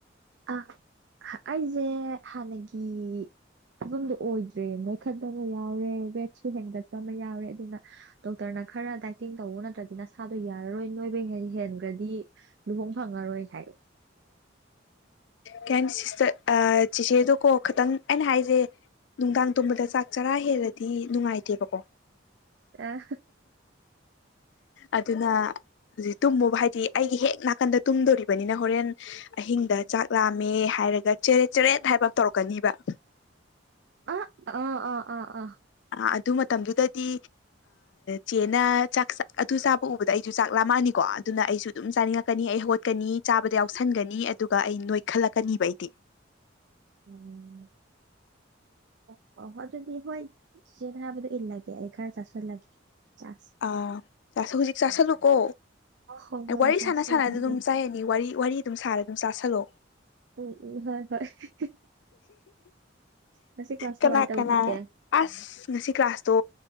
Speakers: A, on the right; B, on the left.
A: ꯑ ꯑꯩꯁꯦ ꯍꯥꯟꯅꯒꯤ ꯐꯤꯕꯝꯗꯨ ꯑꯣꯏꯗ꯭ꯔꯦ ꯅꯣꯏꯈꯠꯇꯕ ꯌꯥꯎꯔꯦ ꯋꯦꯠꯁꯨ ꯍꯦꯟꯒꯠꯄ ꯑꯃ ꯌꯥꯎꯔꯦ ꯑꯗꯨꯅ ꯗꯣꯛꯇꯔꯅ ꯈꯔ ꯗꯥꯏꯇꯤꯡ ꯇꯧꯕ ꯅꯠꯇ꯭ꯔ ꯅꯁꯥꯗꯣ ꯌꯥꯔꯔꯣꯏ ꯅꯣꯏꯕ ꯍ ꯍꯦꯟꯈ꯭ꯔꯗꯤ ꯂꯨꯍꯣꯡ ꯐꯪꯉꯔꯣꯏ ꯍꯥꯏ
B: ꯀꯦꯟ ꯁꯤꯁꯇ ꯑ ꯆꯁꯗꯨ ꯀꯣ ꯈꯤꯇꯪ ꯑꯩꯅ ꯍꯥꯏꯁꯦ ꯅꯨꯡꯗꯥꯡ ꯇꯣꯕꯗ ꯆꯥꯛ ꯆꯔꯥ ꯍꯦꯜꯂꯗꯤ ꯅꯨꯡꯉꯥꯏꯇꯦꯕꯀꯣ
A: ꯑꯦ
B: ꯑꯗꯨꯅ ꯍꯧꯖꯤꯛ ꯇꯨꯝꯃꯨꯕ ꯍꯥꯏꯗꯤ ꯑꯩꯒꯤ ꯍꯦꯛ ꯅꯥꯀꯟꯗ ꯇꯨꯝꯗꯣꯔꯤꯕꯅꯤꯅ ꯍꯣꯔꯦꯟ ꯑꯍꯤꯡꯗ ꯆꯥꯛ ꯂꯥꯝꯃꯦ ꯍꯥꯏꯔꯒ ꯆꯔꯦꯠ ꯆꯔꯦꯠ ꯍꯥꯏꯕ ꯑꯃ ꯇꯧꯔꯛꯀꯅꯤꯕ
A: ꯑ ꯑ ꯑꯥ ꯑꯥ ꯑꯥ
B: ꯑ ꯑꯗꯨ ꯃꯇꯝꯗꯨꯗꯗꯤ ꯆꯦꯅ ꯆꯥꯛ ꯑꯗꯨ ꯆꯥꯕ ꯎꯕꯗ ꯑꯩꯁꯨ ꯆꯥꯛ ꯂꯥꯝꯃꯛꯑꯅꯤꯀꯣ ꯑꯗꯨꯅ ꯑꯩꯁꯨ ꯑꯗꯨꯝ ꯆꯥꯅꯤꯡꯉꯛꯀꯅꯤ ꯑꯩ ꯍ ꯆꯠꯀꯅꯤ ꯆꯥꯕꯗ ꯌꯥꯎꯁꯟꯒꯅꯤ ꯑꯗꯨꯒ ꯑꯩ ꯅꯣꯏꯈꯠꯂꯛꯀꯅꯤꯕ ꯑꯩꯗꯤ
A: ꯎꯝ ꯑꯣ ꯑꯣ ꯑꯗꯨꯗꯤ ꯍꯣꯏ ꯁꯦꯟꯅ ꯍꯥꯏꯕꯗꯣ ꯏꯜꯂꯒꯦ ꯑꯩ ꯈꯔ ꯆꯥꯁꯤꯜꯂꯒꯦ ꯆꯥꯛꯁꯦ
B: ꯑꯥ ꯍꯧꯖꯤꯛ ꯆꯥꯁꯤꯜꯂꯨꯀꯣ
A: ꯍꯣꯏ ꯍꯣꯏ
B: ꯋꯥꯔꯤ
A: ꯆꯥꯁꯟꯒꯦ
B: ꯁꯥꯟꯅ ꯁꯥꯟꯅ ꯑꯗꯨꯝ ꯆꯥꯏꯅꯤ ꯋꯥꯔꯤ ꯋꯥꯔꯤ ꯑꯗꯨꯝ ꯁꯥꯔ ꯑꯗꯨꯝ ꯆꯥꯥꯁꯜꯂꯛꯑꯣ
A: ꯎꯝ ꯎ ꯍꯣꯏ ꯍꯣꯏ ꯉꯁꯤ ꯀ꯭ꯂꯥꯁ
B: ꯀꯅꯥ
A: ꯀꯃꯥꯏꯅ ꯇꯧꯈꯤꯒꯦ
B: ꯀꯅꯥ ꯑꯁ ꯉꯁꯤ ꯀ꯭ꯂꯥꯁꯇꯣ